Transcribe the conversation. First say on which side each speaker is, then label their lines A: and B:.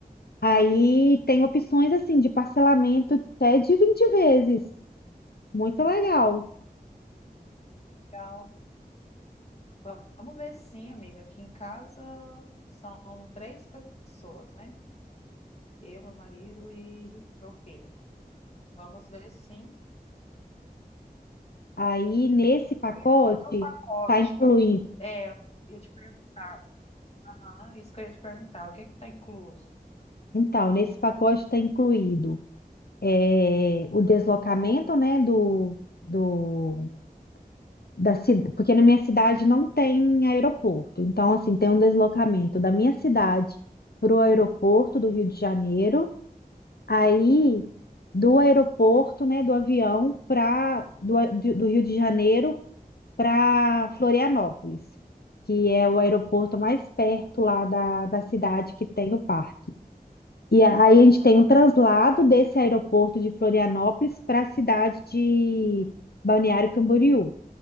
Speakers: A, on the left; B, on the left.
A: Aí tem opções assim de parcelamento até de vinte vezes. Muito legal.
B: Legal. Va- Vamos ver sim, amiga. Aqui em casa são três pessoas, né? Eu, meu marido e meu filho. Vamos ver, sim.
A: Aí nesse pacote
B: Aí, no pacote,
A: tá incluído.
B: É, eu ia te perguntar. Aham, isso que eu ia te perguntar. O que é que tá incluso?
A: Então, nesse pacote está incluído é, o deslocamento, né, do, do, da cidade, porque na minha cidade não tem aeroporto. Então, assim, tem um deslocamento da minha cidade para o aeroporto do Rio de Janeiro, aí do aeroporto, né, do avião para do, a- de- do Rio de Janeiro para Florianópolis, que é o aeroporto mais perto lá da, da cidade que tem o parque. E a- aí
B: Aham,
A: a gente tem um translado desse aeroporto de Florianópolis para a cidade de Balneário Camboriú,